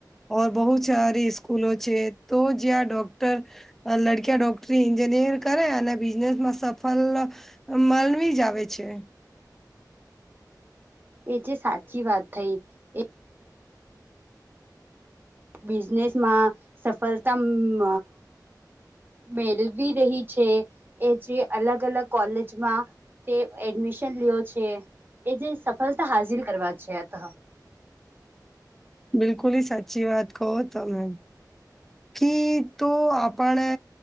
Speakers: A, in the centre; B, on the right.
A: ઓર બહુત સારી સ્કૂલો છે તો જ્યાં ડોક્ટર લડકીયા ડોક્ટરી ન્જિનિયર કરે અને બિઝનેસમાં સફલ મલવી જાવેે છે.
B: એ જે સાચી વાત થઈ. એ બિઝનેસમાં સફલતા મ મેલવી રહી છે એ જે અલગ અલગ કોલેજમાં તે એડમિશન લિયો છે એ જે સફલતા હાઝિલ કરવા છે અતહ
A: બિલકુલી સાચી વાત કહો તમે કી તો આપણે